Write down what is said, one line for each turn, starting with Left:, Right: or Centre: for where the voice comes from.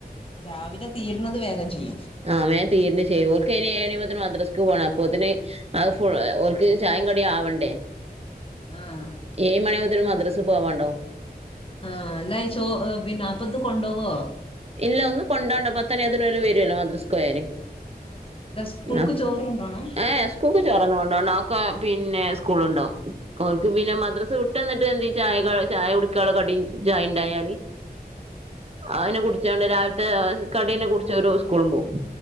Left: രാവില തീരണത് വേഗം ചെയ്യും
Right: ആ വേഗം തീരണ് ശെരി ഓർക്ക് ഇനി ഏഴ് പത്തിന് മദ്രാസ്ക്ക് പോണം അപ്പത്തിന് അത് <unintelligible> ഓൾക്ക് ചായേം കടിയും ആവണ്ടേ
Left: ആഹ്
Right: ഏഴ് മണി മുതല് മദ്രസ് പോവാണ്ടാവും
Left: ആഹ് അല്ലാ ചോ പിന്നെ അപ്പത് കൊണ്ടോവൊ
Right: ഇല്ല ഒന്നുംകൊണ്ടോ <unintelligible> കല്യാണത്തിന് അവര് വരൂവല്ലോ മദ്രസ്ക് പോയാല്
Left: ആഹ് അല്ല സ്കൂൾക്ക്
Right: ആഹ്
Left: ചോറ് കൊണ്ടോണം
Right: ഏഹ് കുക്ക് ചോറന്ന കൊണ്ടോവണം അവക്ക് പിന്നെ സ്കൂളുണ്ടാവും ഓൾക്ക് പിന്നെ മദ്രസ് വിട്ട് വന്നിട്ട് എന്തേലും ചായ ചായ കുടിക്കുള്ള കടീം ചായ ഇണ്ടായാല്
Left: <inaudible>
Right: അത് പിന്ന കുടിച്ചോണ്ട് രാവിലത്തെ കടീനെ കുടിച്ച ഒരു സ്കൂളും പോകും